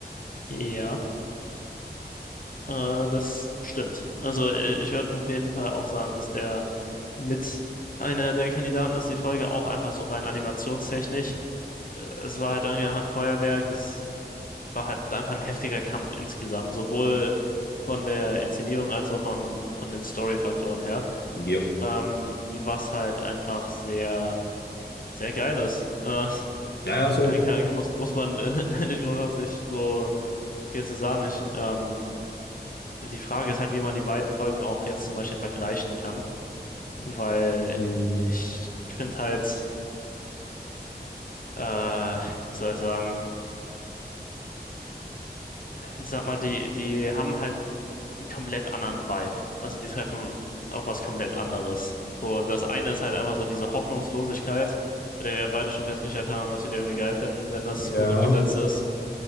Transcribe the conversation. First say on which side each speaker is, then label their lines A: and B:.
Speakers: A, on the left; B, on the left.
A: ja, äh, das stimmt. Also äh, ich würde auf jeden Fall auch sagen, dass der mit einer der Kandidaten ist, die Folge auch einfach so rein animationstechnisch. es war halt irgendwie einfach ein Feuerwerk, es war halt einfach ein heftiger Kampf insgesamt, sowohl von der Inszenierung als auch von, von den Story-Faktoren her,
B: Jo.
A: ähm, was halt einfach sehr, sehr geil ist. Äh,
B: Ja, ja, so.
A: <laughs> ja, kann- muss, muss man <laughs> nicht großartig so viel zu sagen. Ich, ähm, die Frage ist halt, wie man die beiden Folgen auch jetzt zum Beispiel vergleichen kann, weil
B: Hm,
A: ich finde halt, äh, wie soll ich sagen, ich sag mal, die, die haben halt einen komplett anderen Vibe. Also die treffen auf was komplett anderes. So, das eine ist halt einfach so diese Hoffnungslosigkeit, bei der wir ja beide schon festgestellt haben, dass wir die irgendwie geil finden, wenn das
B: ja.
A: gut umgesetzt ist.